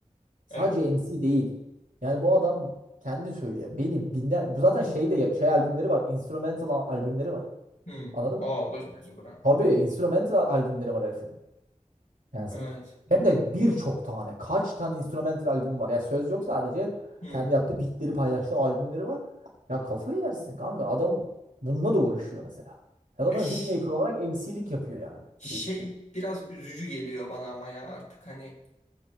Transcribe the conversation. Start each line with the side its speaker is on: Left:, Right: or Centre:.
Right: Sadece
Left: Evet.
Right: MC değil. Yani bu adam kendi söylüyor. Benim binler bu zaten şey de şey albümleri var. Instrumental al- albümleri var.
Left: Hı.
Right: Anladın
Left: Aa
Right: mı?
Left: o da çok güzel olur ha.
Right: Tabii instrumental al- albümleri var herifin. Yani
Left: Evet.
Right: s- hem de birçok tane kaç tane instrumental albüm var. Ya söz yok sadece
Left: Hmm.
Right: kendi yaptığı beatleri paylaştığı albümleri var. Ya kafayı yersin kanka adam bununla da uğraşıyor mesela. Ya zaten
Left: Ya ş-
Right: beatmaker olarak MC'lik yapıyor yani
Left: şey
Right: bir de üstüne.
Left: biraz üzücü geliyor bana ama ya artık hani